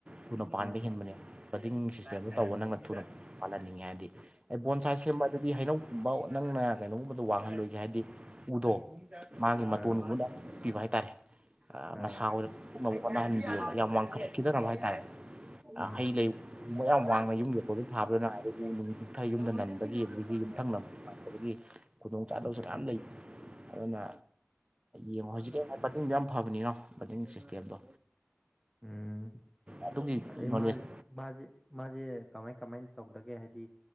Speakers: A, on the right; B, in the centre.
A: ꯊꯨꯅ ꯄꯥꯟꯕ
B: ꯎꯝ
A: ꯍꯦꯟꯕꯅꯤ ꯄꯕꯗꯤꯡ ꯁꯤꯁꯇꯦꯝꯗꯣ
B: ꯑꯣ
A: ꯇꯧꯕ ꯅꯪꯅ ꯊꯨꯅ ꯄꯥꯜꯍꯟꯅꯤꯡꯉꯦ ꯍꯥꯏꯔꯗꯤ ꯑꯩ ꯕꯣꯟꯁꯥꯏ ꯁꯦꯝꯕ ꯑꯗꯨꯗꯤ ꯍꯩꯅꯧ ꯕꯥꯥꯎ ꯅꯪꯅ ꯀꯩꯅꯣꯒꯨꯝꯕꯗꯣ ꯋꯥꯡꯍꯜꯂꯣꯏ ꯍꯥꯏꯗꯤ ꯎꯗꯣ ꯃꯥꯒꯤ ꯃꯇꯣꯟꯒꯗꯨꯗ
B: ꯑꯥ
A: ꯄꯤꯕ ꯍꯥꯏꯇꯥꯔꯦ
B: ꯑꯥ
A: ꯃꯁꯥ ꯑꯣꯏꯅ ꯀꯣꯛꯅꯕ ꯍꯣꯠꯅꯍꯟꯕꯤꯦꯅ ꯌꯥꯝ ꯋꯥꯡꯈꯠꯈꯤꯗꯅꯕ ꯍꯥꯏ ꯇꯥꯔꯦ
B: ꯎꯝ
A: ꯍꯩ ꯂꯩ ꯌꯕ ꯌꯥꯝ ꯋꯥꯡꯅ ꯌꯨꯝꯒꯤꯀꯣꯏꯗ ꯊꯥꯕꯗꯅ ꯑꯗꯒꯤꯃꯤ ꯄꯤꯛꯊꯔ ꯌꯨꯝꯗ ꯅꯟꯕꯒꯤ ꯑꯗꯒꯤ ꯌꯨꯝꯊꯪꯅꯕꯥꯏꯇꯒꯤ ꯆꯥꯗꯕꯁꯨ
B: ꯎꯝ
A: ꯌꯥꯝ ꯂꯩ ꯑꯗꯨꯅ ꯌꯦꯡꯉꯣ ꯍꯧꯖꯤꯛꯀꯤ ꯄꯇꯤꯡꯗꯣ ꯌꯥꯝ ꯐꯕꯅꯤꯅꯣ ꯕꯇꯤꯡ ꯁꯤꯁꯇꯦꯝꯗꯣ
B: ꯎꯝ
A: ꯑꯗꯨꯒꯤ ꯅꯣꯂꯦꯖ
B: ꯏꯃ ꯃꯥꯁꯦ ꯃꯥꯁꯦ ꯀꯃꯥꯏ ꯀꯃꯥꯏꯅ ꯇꯧꯗꯒꯦ ꯍꯥꯏꯗꯤ